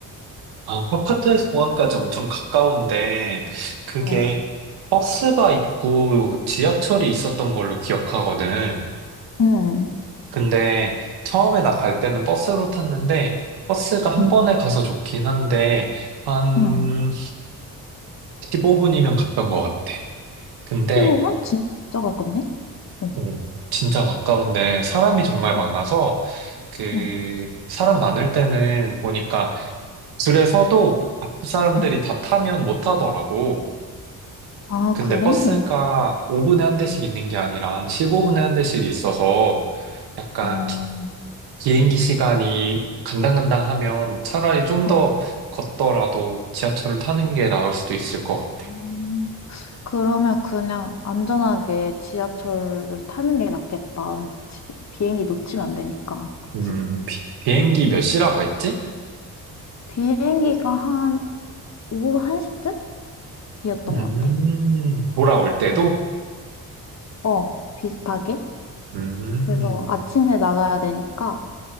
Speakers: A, on the right; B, on the left.
A: 아, 파파트에서 공항까지 엄청 가까운데, 그게
B: 어,
A: 버스가 있고 지하철이 있었던 걸로 기억하거든.
B: 응,
A: 근데 처음에 나 갈 때는 버스로 탔는데, 버스가 한
B: 응,
A: 번에 가서 좋긴 한데, 한
B: 응.
A: 15분이면 갔던 것 같아. 근데,
B: 15분? 진짜 가깝네? 어,
A: 오, 진짜 가까운데 사람이 정말
B: 어,
A: 많아서, 그,
B: 응,
A: 사람 많을 때는 보니까 줄에 서도 앞 사람들이
B: 응,
A: 다 타면 못 타더라고.
B: 아,
A: 근데
B: 그래?
A: 버스가 5분에 한 대씩
B: 응.
A: 있는 게 아니라 한 15분에 한 대씩 있어서 약간
B: 어,
A: 기, 행기 시간이 간당간당하면 차라리 좀
B: 어.
A: 더 걷더라도 지하철을 타는 게 나을 수도 있을 것 같아.
B: 음. 그러면 그냥 안전하게 지하철을 타는 게 낫겠다. 왜냐면 지- 비행기 놓치면 안 되니까. 그치?
A: 음, 비, 비행기 몇 시라고 했지?
B: 비행기가 한 오후 1시쯤이었던
A: 음,
B: 것 같아.
A: 돌아올 때도?
B: 응. 어, 비슷하게.
A: 음.
B: 그래서 아침에 나가야 되니까